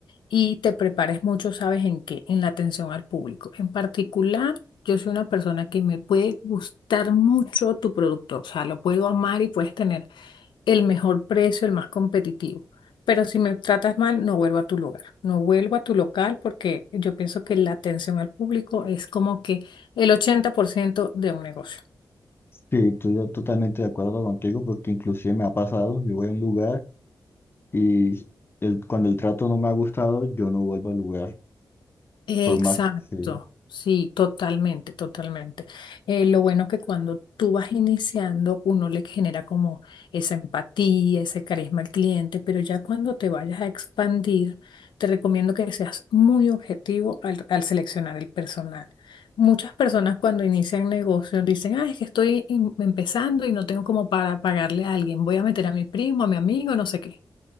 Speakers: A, on the left (about 85°); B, on the left (about 30°).
A: y te prepares mucho, ¿sabes en qué? En la atención al público. En particular, yo soy una persona que me puede gustar mucho tu producto, o sea, lo puedo amar y puedes tener el mejor precio, el más competitivo. Pero si me tratas mal, no vuelvo a tu lugar, no vuelvo a tu local porque yo pienso que la atención al público es como que el 80% de un negocio.
B: Sí, estoy yo totalmente de acuerdo contigo porque inclusive me ha pasado, yo voy a un lugar y el- cuando el trato no me ha gustado, yo no vuelvo al lugar.
A: Exacto,
B: Por Mac, sí.
A: sí, totalmente, totalmente. Eh, lo bueno que cuando tú vas iniciando, uno le genera como esa empatía, ese carisma al cliente, pero ya cuando te vayas a expandir, te recomiendo que seas muy objetivo al, al seleccionar el personal. Muchas personas cuando inician negocios dicen, ah, es que estoy em- empezando y no tengo como para pagarle a alguien, voy a meter a mi primo, a mi amigo, no sé qué.